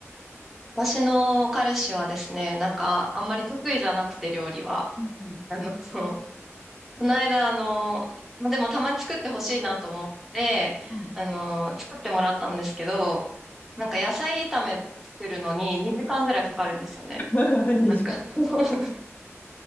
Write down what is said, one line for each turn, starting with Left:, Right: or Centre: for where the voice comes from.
Centre: 私の彼氏はですね、なんか、あんまり得意じゃなくて、料理は。
Left: うん
Centre: あの、そうこの間、あの、まあでもたまに作ってほしいなと思って、
Left: うんうん
Centre: あの、作ってもらったんですけど、なんか野菜炒め作るのに2時間ぐらいかかるんですよね。
Left: うん <laughs> 二重
Centre: なんか <laughs>